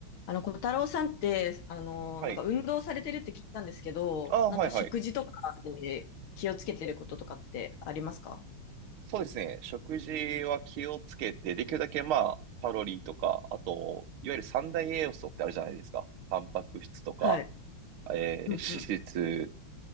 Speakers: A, on the left; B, on the right.
A: あの、小太郎さんって、あの、
B: はい。
A: なんか運動されてるって聞いたんですけど、
B: あーはいはい。
A: なんか食事とかで気をつけてることとかってありますか
B: そうですね。食事は気をつけて、できるだけまあ、カロリーとか、あと、いわゆる三大栄養素ってあるじゃないですか。タンパク質とか、
A: はい。
B: えー脂質、
A: うんう